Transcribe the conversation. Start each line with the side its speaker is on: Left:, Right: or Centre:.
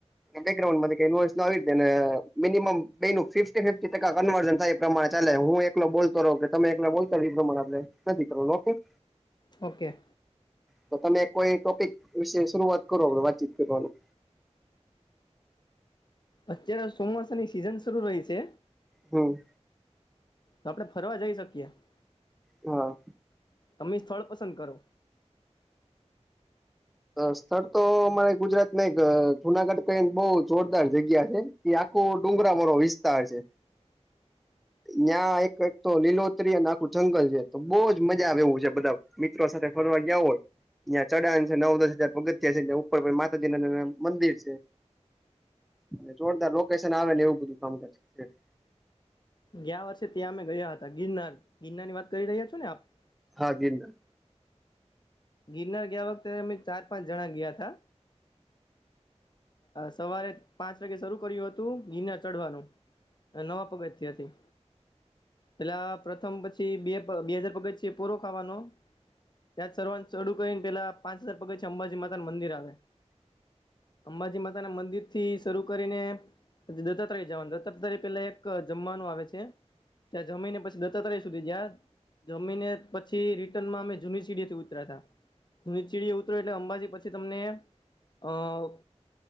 Centre: બેગ્રાઉન્ડ આવી મીનીમમ કઈ ફિક્સ કન્વર્ન થાય પ્રમાણે ચાલે હું એકલો બોલતો રહું કે તમે એકલા બોલતો રહો એ પ્રમાણે આપણે નથી કરવા ઓકે
Left: ઓકે
Centre: તો તમે કોઈ ટોપિક વિશે શરૂઆત કરો વાતચીત કરવાનું
Left: અત્યારે ચોમાસાની સિઝન શરૂ રહી છે.
Centre: હ
Left: તો આપડણે ફરવા જઈ શકીએ- -
Centre: હા
Left: તમે સ્થળ પસંદ કરો?
Centre: સ્થળ તો અમારે ગુજરાત ના એક જુનાગઢ કઈને બહુ જોરદાર જગ્યા છે. એ આખો ડુંગરા વાળો વિસ્તાર છે.
Left: <inaudible>
Centre: ત્યાં એક તો લીલોતરી અને આખું જંગલ છે તો બહુજ મજા આવે એવું છે બધા- - મિત્રો સાથે ફરવા ગયા હોય ત્યાયાં ચડા- - નવ દસ હજાર પગથયા છે એલે ઉપર પણ માતાજીના મંદિર છે. અને જોરદાર લોકેશન આવે ને એવું બધું કામ કરે- -
Left: ગયા વર્ષે ત્યાં અમે ગયા હતા ગિરનાર ગિરનાર ની વાત કરી રહ્યા છો ને આપ- -
Centre: હા ગિરનાર
Left: ગિરનર ગયા વક્ત મેં ચાર પાંચ જણા ગયા હતા સવારે પાંચ વાગે શરૂ કર્યું હતું તો ગિરનાર ચઢવાનું નવા પગથથી હતી પેલા પ્રથમ- - બે બે હજાર પગથિયે છે પ પોરો ખાવાનો- - ત સર્વા ચડુું કરીને પેલા પાંચ હજાર પગથી અંબાજી માતાનું મંદિર આવે અંબાજી માતા ના મંદિર થી શરૂ- - કરીને દત્તાત્ર જવાનું દત્તાત્રય પે એક જમવાનું આવે છે. ત્યાં જમીને પછી દત્તા તય સુધી- - જમીને પછી રિટર્નમાં અમે જુન સિડીથી ઉતરાતા- - સીડી ઉતરો એટલે અંબાજી પછી તમને અ- -